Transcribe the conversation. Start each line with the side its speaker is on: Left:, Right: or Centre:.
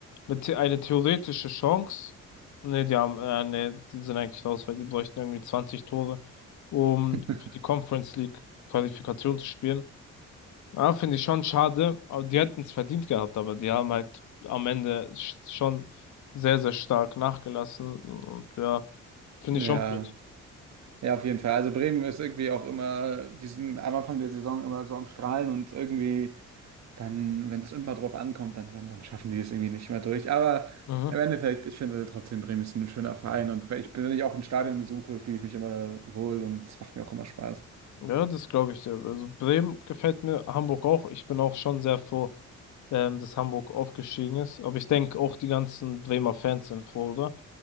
Left: eine, The- eine theoretische Chance. Ne, die haben, äh, ne, die sind eigentlich raus, weil die bräuchten irgendwie 20 Tore, um
Right: <laughs>
Left: für die Conference League Qualifikation zu spielen. Ja, finde ich schon schade. Aber die hätten es verdient gehabt, aber die haben halt am Ende sch- schon sehr, sehr stark nachgelassen. Und ja, finde
Right: Ja,
Left: ich schon blöd.
Right: ja, auf jeden Fall. Also Bremen ist irgendwie auch immer, die sind am Anfang der Saison immer so am Strahlen und irgendwie dann, wenn es immer drauf ankommt, dann, dann, dann schaffen die es irgendwie nicht mehr durch. Aber
Left: Mhm.
Right: im Endeffekt, ich finde trotzdem, Bremen ist ein schöner Verein und wenn ich, wenn ich auch ein Stadion besuche, fühle ich mich immer wohl und es macht mir auch immer Spaß.
Left: Ja, das glaube ich dir. Also Bremen gefällt mir, Hamburg auch. Ich bin auch schon sehr froh, ähm, dass Hamburg aufgestiegen ist. Aber ich denke auch die ganzen Bremer Fans sind froh, oder?